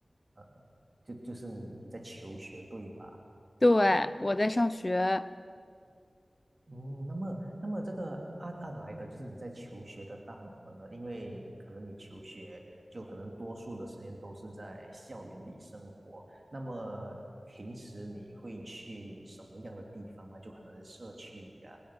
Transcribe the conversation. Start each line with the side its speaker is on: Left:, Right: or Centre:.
Right: 呃，就就是你你在求学对吧？
Left: 对，我在上学，
Right: 嗯，那么那么这个阿阿德莱德就是你在求学的当儿呢，因为可能你求学就可能多数的时间都是在校园里生活，那么平时你会去什么样的地方吗？就可能社区里啊，